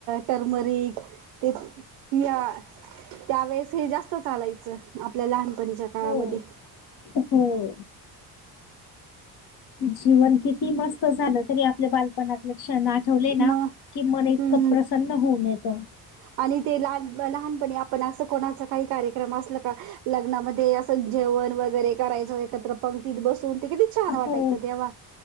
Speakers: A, on the right; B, on the left.
A: टर्मरिक. ते या त्यावेेळेस हे जास्त चालायचं, आपल्या लहानपणीच्या काळा
B: हो.
A: मध्ये.
B: हो. जीवन किती मस्त झालं तरी, आपल्या बालपणातले क्षण आठवले ना
A: मग
B: की, मन इतकं
A: हम्म
B: प्रसन्न होऊन येतं.
A: आणि ते लहान लहानपणी आपण असं, कोणाचा काही कार्यक्रम असल का? लग्नामध्ये असं जेवण वगैरे करायचं, एकत्र पंक्तीत बसून. किती छान!
B: हो
A: वाटायचं तेव्हा